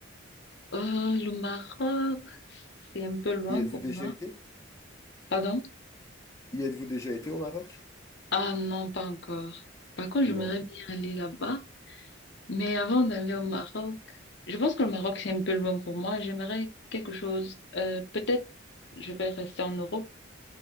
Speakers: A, on the left (about 60°); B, on the left (about 15°).
A: Euh, le Maroc, c'est un peu loin
B: Y êtes-vous
A: pour
B: déjà
A: moi.
B: été?
A: Pardon?
B: Y êtes-vous déjà été au Maroc?
A: Ah non, pas encore. Par contre,
B: Non.
A: j'aimerais bien aller là-bas. Mais avant d'aller au Maroc, je pense que le Maroc, c'est un peu loin pour moi. J'aimerais quelque chose. euh, peut-être je vais rester en Europe,